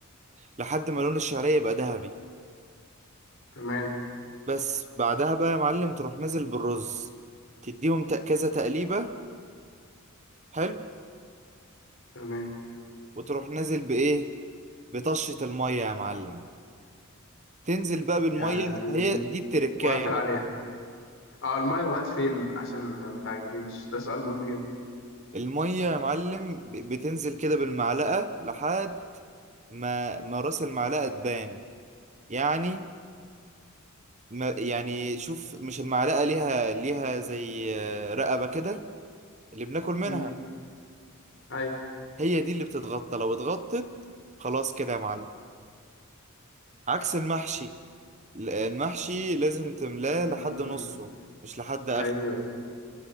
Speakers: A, on the right; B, on the left.
A: لحد ما لون الشعرية يبقى ذهبي
B: تمام
A: بس بعدها بقى يا معلم تروح نازل بالرز تديهم ت- كذا تقليبة حلو
B: تمام
A: وتروح نازل بإيه بطشة المية يا معلم تنزل بقى بالمية
B: يعني
A: هي دي التركاية
B: واقفل
A: بقى
B: عليها اه المية لغاية فين عشان ما تعجنش ده سؤال مهم جدا
A: المية يا معلم ب- بتنزل كده بالمعلقة لحد ما ما راس المعلقة تبان يعني ما يعني شوف مش المعلقة ليها ليها زي آه، رقبة كده اللي بناكل منها
B: مم. ايوه
A: هي دي اللي بتتغطى لو اتغطت خلاص كده يا معلم عكس المحشي المحشي لازم تملاه
B: مم.
A: لحد نصه مش لحد اخر
B: ايوه